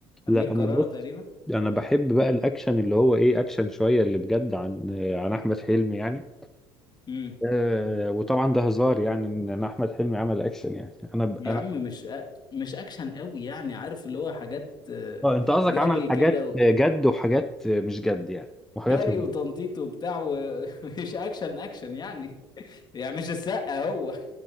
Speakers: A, in the centre; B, on the left.
A: لا
B: امير كرارة
A: انا بص
B: تقريبا
A: انا بحب بقى الاكشن اللي هو ايه اكشن شويه اللي بجد عن عن احمد حلمي يعني
B: امم
A: آه وطبعا ده هزار يعني ان أنا احمد حلمي عمل اكشن يعني انا ب... انا
B: يا عم مش أ... مش اكشن قوي يعني عارف اللي هو حاجات آه،
A: آه انت قصدك
B: جري
A: عمل حاجات
B: كده و...
A: جد وحاجات مش جد يعني وحاجات
B: جري
A: هزار
B: وتنطيط وبتاع ومش <laughs> اكشن اكشن يعني <laughs> يعني مش السقا هو